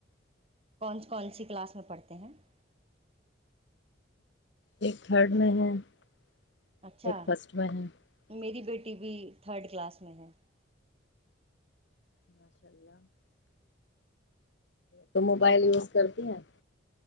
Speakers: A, on the right (about 30°); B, on the left (about 70°).
A: کون کون سی کلاس میں پڑھتے ہیں <unintelligible>
B: ایک گھرڈ میں ہیں <unintelligible>
A: اچھا
B: بریک فاسٹ میں ہے <unintelligible>
A: میری بیٹی بھی تھرڈ کلاس میں ہے <unintelligible>
B: ماشاء اللہ <unintelligible> تو موبائل
A: اور
B: یوز کرتی ہیں